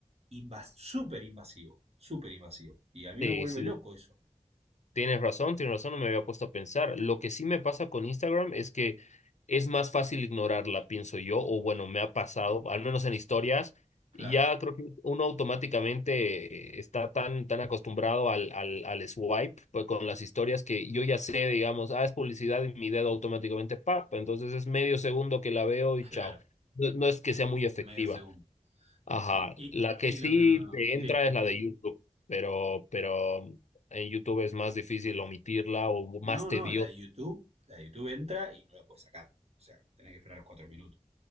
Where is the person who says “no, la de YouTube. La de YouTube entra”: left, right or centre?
Right